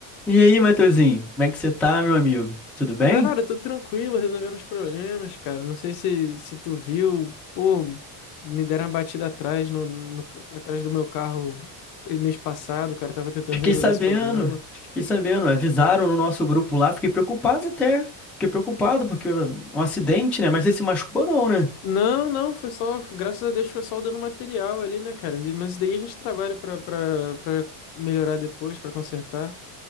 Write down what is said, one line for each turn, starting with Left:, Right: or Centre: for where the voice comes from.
Centre: E aí, Matheusinho, como é que você tá, meu amigo? Tudo bem?
Left: Cara, tô tranquilo, resolvendo os problemas, cara. Não sei se, se tu viu, pô, me deram uma batida atrás no, no- atrás do meu carro mês passado, cara. Tava tentando
Centre: Fiquei
Left: resolver
Centre: sabendo,
Left: esse problema.
Centre: fiquei sabendo, avisaram no nosso grupo lá, fiquei preocupado até, fiquei preocupado porque um acidente, né? Mas você se machucou não, né?
Left: Não, não, foi só, graças a Deus foi só dando material ali, né, cara? Mas isso daí a gente trabalha pra, pra, pra melhorar depois, pra consertar.